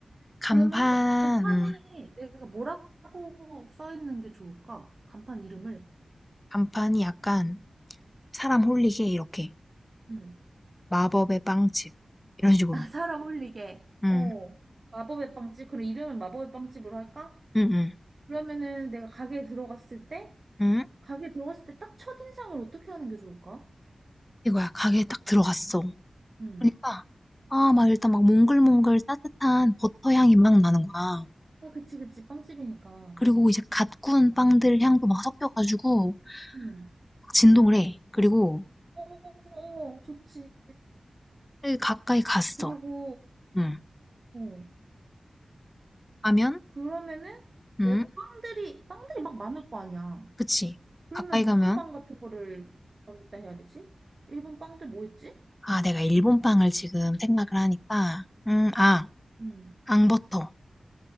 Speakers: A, on the left (about 20°); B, on the right (about 55°).
A: 간판,
B: 그러면은 간판에
A: 음.
B: 내가 뭐라고 써 있는 게 좋을까? 간판 이름을.
A: 간판이 약간 사람 홀리게 이렇게
B: 응.
A: 마법의 빵집 이런 식으로.
B: <laughs> 사람 올리게.
A: 응,
B: 어. 마법의 빵집. 그럼 이름을 마법의 빵집으로 할까?
A: 응, 응.
B: 그러면은 내가 가게에 들어갔을 때,
A: 응?
B: 가게에 들어갔을 때 딱 첫인상을 어떻게 하는 게 좋을까?
A: 이거야. 가게에 딱 들어갔어.
B: 응.
A: 그러니까 아 막 일단 막 몽글몽글 따뜻한 버터 향이 막 나는 거야.
B: 아, 그치, 그치. 빵집이니까.
A: 그리고 이제 갓 구운 빵들 향도 막 섞여 가지고
B: 응.
A: 막 진동을 해. 그리고
B: 어, 어, 어, 어. 좋지.
A: 가까이 갔어.
B: 그리고,
A: 응.
B: 어.
A: 가면
B: 그러면은
A: 응.
B: 내 빵들이, 빵들이 막 많을 거 아니야.
A: 그치.
B: 그러면
A: 가까이
B: 무슨
A: 가면
B: 빵 같은 거를 어기다 해야 되지? 일본 빵들 뭐 있지?
A: 아 내가 일본 빵을 지금 생각을 하니까 음, 아
B: 음.
A: 앙버터